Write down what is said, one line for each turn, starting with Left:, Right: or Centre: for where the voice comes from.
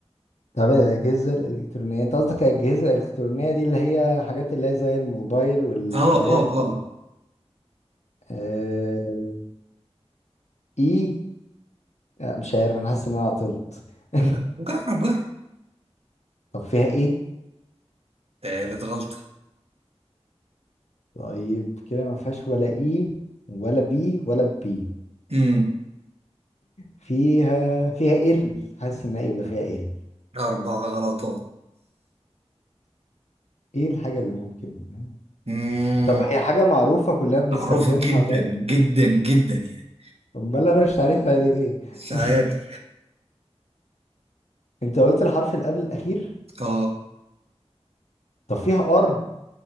Left: تبع الاجهزه الالكترونيه انت قصدك الاجهزه الالكترونيه دي اللي هي حاجات اللي هي زي الموبايل واللابات
Right: أه أه
Left: وال
Right: أه
Left: آه، اي آه، مش عارف انا حاسس ان انا عطلت <laughs>
Right: جرب جرب
Left: طب فيها ايه
Right: تالت غلطة
Left: طيب كده ما فيهاش ولا اي ولا بي ولا بي
Right: امم
Left: فيها فيها ال حاسس ان هيبقى فيها ال
Right: أربع غلطات
Left: ايه الحاجة اللي ممكن
Right: مم.
Left: طب هي حاجة معروفة كلنا بنستخدمها
Right: معروفة جدا
Left: طيب
Right: جدا جدا يعني
Left: امال انا مش عارفها ليه
Right: مش
Left: <laughs>
Right: عارف
Left: انت قلت الحرف اللي قبل الاخير
Right: اه
Left: طب فيها ار